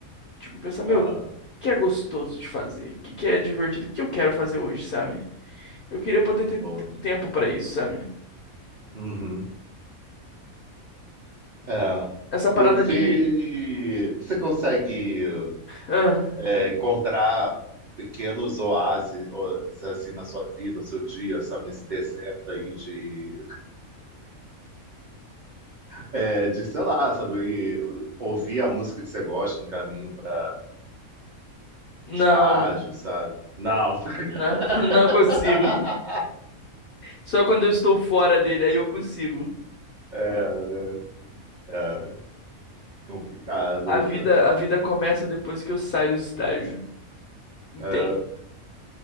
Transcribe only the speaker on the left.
Tipo, pensar, meu,
o que é gostoso de fazer? O que que é divertido? O que eu quero fazer hoje, sabe? Eu queria poder ter
ter tempo pra isso, sabe?
Essa parada
de,
ah,
não,
não, <laughs> não
consigo. Só quando eu estou fora dele aí eu consigo.
A vida, a vida começa depois que eu saio do estágio. Entende?